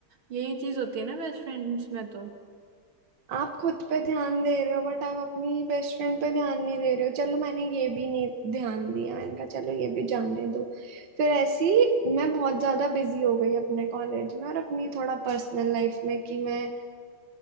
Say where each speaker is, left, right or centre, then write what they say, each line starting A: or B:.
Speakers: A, on the right; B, on the right.
A: यही चीज होती है ना बेस्ट फ्रेंड्स में तो
B: आप खुद पे ध्यान दे रहे हो बट आप अपनी बेस्ट फ्रेंड पे ध्यान नहीं दे रहे हो चलो मैंने ये भी नहीं ध्यान दिया मैंने कहा चलो ये भी जाने दो फिर ऐसी मैं बहुत ज्यादा बिजी हो गई अपने कॉलेज में और अपनी थोड़ा पर्सनल लाइफ में कि मैं